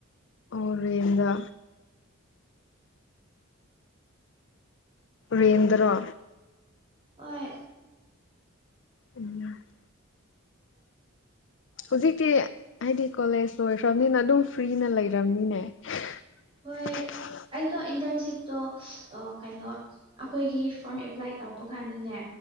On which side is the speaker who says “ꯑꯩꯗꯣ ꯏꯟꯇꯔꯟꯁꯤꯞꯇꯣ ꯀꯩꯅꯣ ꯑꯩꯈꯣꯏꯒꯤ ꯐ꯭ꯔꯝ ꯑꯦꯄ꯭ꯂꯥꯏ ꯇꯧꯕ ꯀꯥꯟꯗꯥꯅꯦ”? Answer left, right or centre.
Right